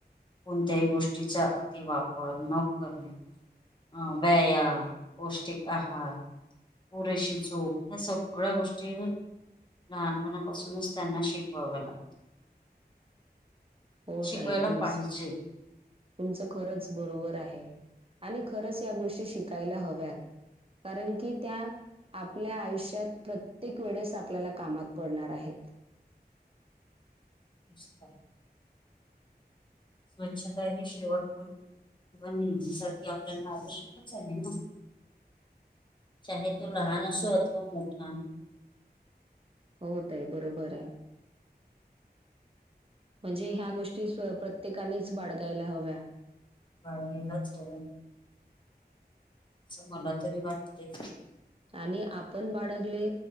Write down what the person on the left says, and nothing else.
कोणत्याही गोष्टीचा, अतिवापर न करणे हा व्यायाम, पौष्टिक आहार पुरेशी झोप, ह्या सगळ्या गोष्टी ही लहानपणापासूनच त्यांना शिकवावं लागत.
शिकवायला
पाहिजे
नुस्ता स्वच्छता ही शेवटपर्य कवा नेहमीसाठी आपल्याला आवश्यकच आहे ना? चाहे तो लहान असो अथवा मोठा.
बाळगालाच हाव. अस मला तरी वाटते.